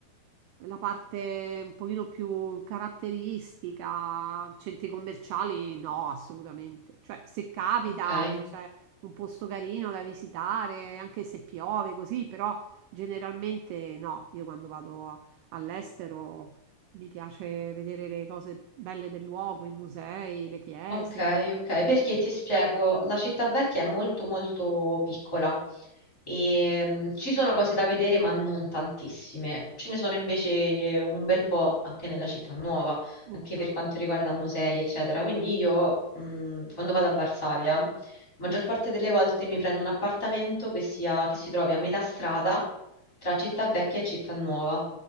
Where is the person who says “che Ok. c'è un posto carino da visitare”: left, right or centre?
Right